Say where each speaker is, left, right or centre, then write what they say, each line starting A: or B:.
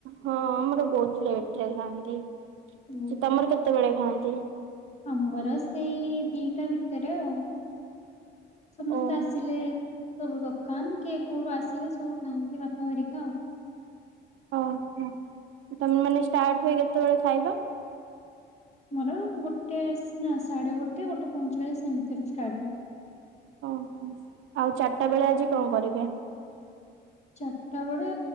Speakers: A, on the right; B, on the left.
A: ହଁ ଆମର ବହୁତ ଲେଟରେ ଖାଆନ୍ତି
B: ଓହୋ।
A: ସେ ତମର କେତେବେଳେ ଖାଆନ୍ତି।
B: ଆମର ସେଇ ଦିଟା ଭିତରେ ଆଉ। ସମସ୍ତେ
A: ଓହୋ
B: ଆସିଲେ। ସବୁ ଦୋକାନ କିଏ କୋଉଠୁ ଆସିଲେ ସବୁ ଖାଆନ୍ତି ବାପା ହେରିକା ଆଉ
A: ଓ ହୋ ତମ ମାନେ ଷ୍ଟାର୍ଟ ହୁଏ କେତେବେଳେ ଖାଇବା।
B: ମୋର ଗୋଟେ ନା ସାଢେ ଗୋଟେ ଗୋଟେ ପଇଁଚାଳିଶ ଏମିତି ରେ ଷ୍ଟାର୍ଟ ହୁଏ।
A: ଓହୋ ଆଉ ଚାରିଟା ବେଳେ ଆଜି କଣ କରିବେ?
B: ଚାରିଟା ବେଳେ